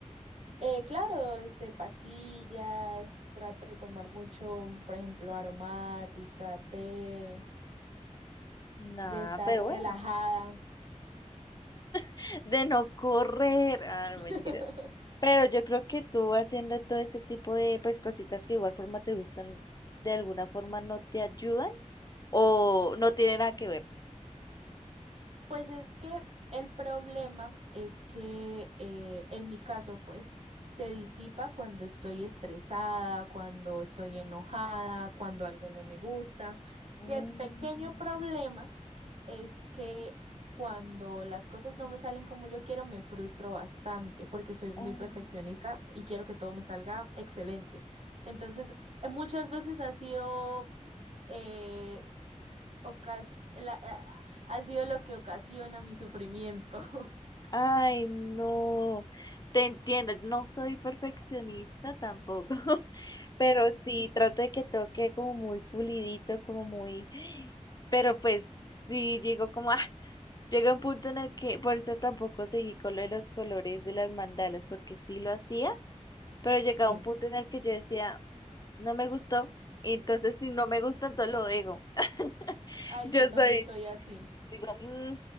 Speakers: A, on the right (about 55°); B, on the left (about 30°).
A: Eh, claro, este, pastillas, trato de tomar mucho, por ejemplo, aromática, té.
B: Nada,
A: de estar
B: pero bueno.
A: relajada.
B: <laughs> De no correr. Ah, no,
A: <laughs>
B: mentiras. Pero yo creo que tú haciendo todo ese tipo de pues cositas que de igual forma te gustan, de alguna forma no te ayudan o no tiene nada que ver.
A: Pues es que el problema es que eh, en mi caso, pues, se disipa cuando estoy estresada, cuando estoy enojada, cuando algo no me gusta.
B: Mm,
A: Y el pequeño problema es que cuando las cosas no me salen como yo quiero, me frustro bastante porque soy muy
B: ah,
A: perfeccionista y quiero que todo me salga excelente. Entonces, eh, muchas veces ha sido... eh, ocas- la- ah, ha sido lo que ocasiona mi sufrimiento. <laughs>
B: Ay, no, te entiendo, no soy perfeccionista tampoco, <laughs> pero sí trato de que toque como muy pulidito, como muy, pero pues sí llego como, ah, llega un punto en el que por eso tampoco seguí con lo de los colores de las mandalas, porque sí lo hacía pero llegaba
A: Sí.
B: un punto en el que yo decía, no me gustó, y entonces si no me gusta, entonces lo digo. <laughs>
A: Ay,
B: Yo
A: yo también
B: soy,
A: soy así.
B: digo, "Mm,